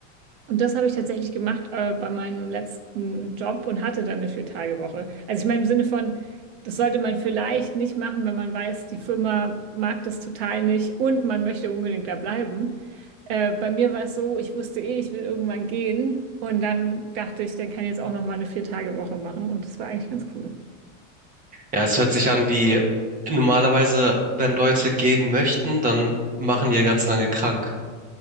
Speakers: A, on the right; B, on the right.
A: Und das habe ich tatsächlich gemacht äh, bei meinem letzten Job und hatte dann eine Vier-Tage-Woche. Also ich meine im Sinne von, das sollte man vielleicht nicht machen, wenn man weiß, die Firma mag das total nicht und man möchte unbedingt da bleiben. Äh, bei mir war es so, ich wusste eh, ich will irgendwann gehen und dann dachte ich, dann kann ich jetzt auch noch mal eine Vier-Tage-Woche machen und das war eigentlich ganz cool.
B: Ja, es hört sich an wie normalerweise, wenn Leute gehen möchten, dann machen die ja ganz lange krank.